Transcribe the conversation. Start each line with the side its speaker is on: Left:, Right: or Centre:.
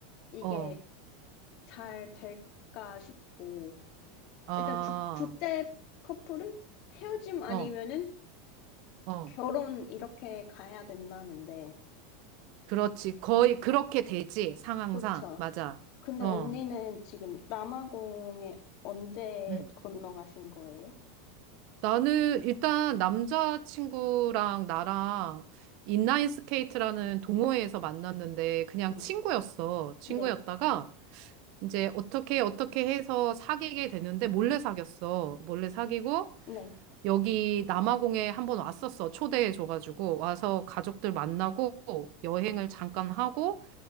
Left: 이게
Right: 어,
Left: 잘 될까 싶고,
Right: 아,
Left: 약간 국, 국제 커플은 헤어짐 아니면은
Right: 어, 어.
Left: 결혼 이렇게 가야 된다는데,
Right: 그렇지. 거의 그렇게 되지, 상황상.
Left: 그쵸?
Right: 맞아.
Left: 근데
Right: 어.
Left: 언니는 지금 남아공에 언제
Right: 응.
Left: 건너가신 거예요?
Right: 나는 일단 남자친구랑 나랑 인라인 스케이트라는 동호회에서 만났는데 그냥
Left: 음,
Right: 친구였어. 친구였다가
Left: 네,
Right: 이제 어떻게 어떻게 해서 사귀게 됐는데 몰래 사귀었어. 몰래 사귀고
Left: 네,
Right: 여기 남아공에 한번 왔었어. 초대해 줘가지고 와서 가족들 만나고 여행을 잠깐 하고